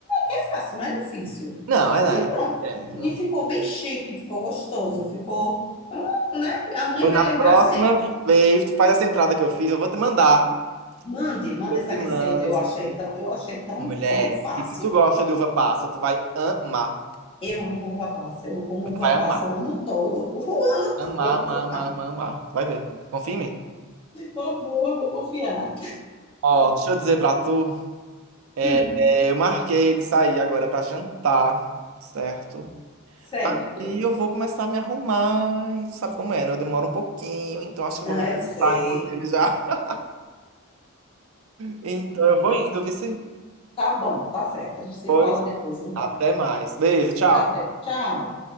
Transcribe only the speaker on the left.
É fácil, não é difícil.
E pronto.
E
ficou bem chique, ficou gostoso, ficou, Então, né? A mãe
vai
lembrar
sempre.
Mande, manda
essa
receita.
Eu
achei
tão, eu achei tão,
tão fácil.
Eu amo uva passa. Eu como
uva
passa o ano todo. <laughs> O ano
todo.
Eu vou, eu vou confiar.
Hum,
certo.
Ah,
eu sei.
Tá bom, tá certo. A gente se
fala depois, então.
Até. Tchau.